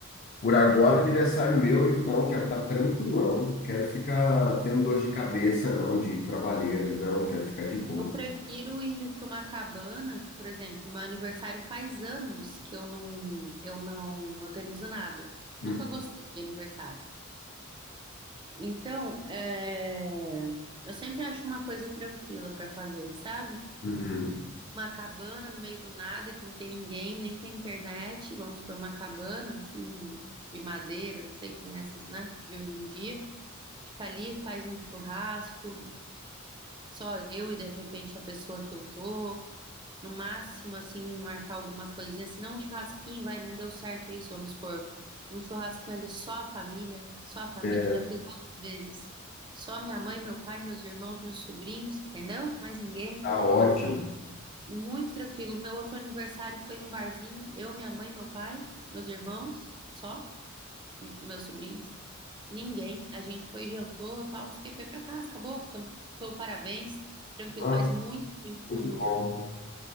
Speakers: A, on the left; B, on the right.
A: Por agora, é aniversário meu, eu não quero estar tranquilão, quero ficar tendo dor de cabeça, não, de trabalheira, não, quero ficar de boa.
B: Eu prefiro ir para uma cabana, por exemplo, meu aniversário faz anos que eu não, eu não organizo nada. Nunca
A: Hum,
B: gostei de aniversário. Então, é, eu sempre acho uma coisa tranquila para fazer, sabe?
A: uhum.
B: Uma cabana no meio do nada, que não tem ninguém, nem tem internet. Vamos para uma cabana, assim, de madeira, não sei que nem essas, né? De hoje em dia. Fica ali, faz um churrasco, só eu e de repente a pessoa que eu tô. No máximo, assim, marcar alguma coisinha. Se não, um churrasquinho, vai, não deu certo isso, vamos supor. Um churrasquinho ali só a família, só a família,
A: É,
B: já fiz várias vezes. Só minha mãe, meu pai, meus irmãos, meus sobrinhos, entendeu? Mais ninguém.
A: Tá ótimo.
B: Muito tranquilo. Meu outro aniversário foi um barzinho, eu, minha mãe, meu pai, meus irmãos, só, e meus sobrinhos. Ninguém. A gente foi, jantou, tal, não sei o que, foi pra casa, acabou, cantou parabéns. Tranquilo,
A: Nossa,
B: faz muito tempo que
A: muito
B: eu não.
A: bom.